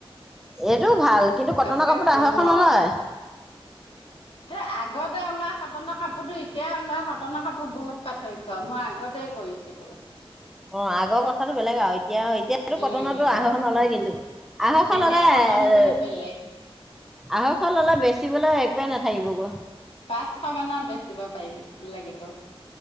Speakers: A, in the centre; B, on the left.
A: এইটো ভাল কিন্তু কটনৰ
B: একে
A: কাপোৰটো
B: কোমল
A: আঢ়ৈশ নলয়।
B: ত আগতে ওলোৱা কটনৰ কাপোৰতো এতিয়া ওলোৱা কটনৰ কাপোৰ বহুত পাৰ্থ কৈ মই আগতে কৰিছিলো।
A: অ আগৰ কথাতটো বেলেগ আৰু এতিয়া এতিয়া এইটো
B: উম
A: কটনতো
B: উম
A: আঢ়ৈশ নলয় কিন্তু আঢ়ৈশ
B: এতিয়া
A: ললে এ
B: কটনটো বেলেগ
A: আঢ়ৈশ ললে বেচিবলৈ একোৱেই নাথাকিব গৈ।
B: পাঁচশ মানত বেচিব পাৰিবি লাগিব।